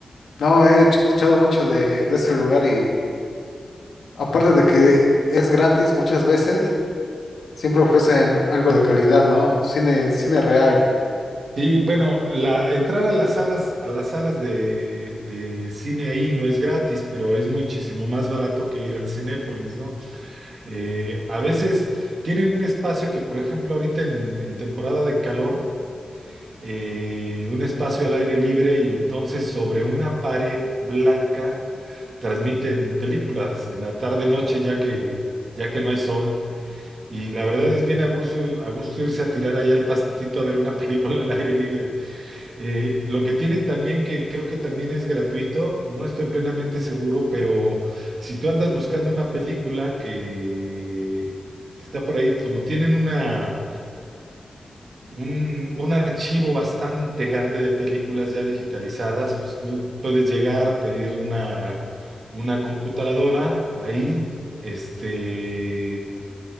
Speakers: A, on the left; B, on the right.
A: no, he escuchado mucho de, de ese lugar y aparte de que es gratis muchas veces, siempre ofrecen algo de calidad, ¿no? Cine, cine real.
B: y bueno, la, entrar a las salas, a las salas de, de cine ahí no es gratis, pero es muchísimo más barato que ir al Cinépolis, ¿no? Eh, a veces tienen un espacio que, por ejemplo, ahorita en, en temporada de calor, eh, un espacio al aire libre y entonces sobre una pared blanca transmiten películas en la tarde-noche ya que, ya que no hay sol. Y la verdad es bien a gusto, a gusto irse a tirar ahí al pastito a ver una <laughs> película al aire libre. Eh, lo que tienen también, que creo que también es gratuito, no estoy plenamente seguro, pero si tú andas buscando una película que, que está por ahí, como tienen una, un, un archivo bastante grande de películas ya digitalizadas, pues tú puedes llegar, pedir una, una computadora ahí, este,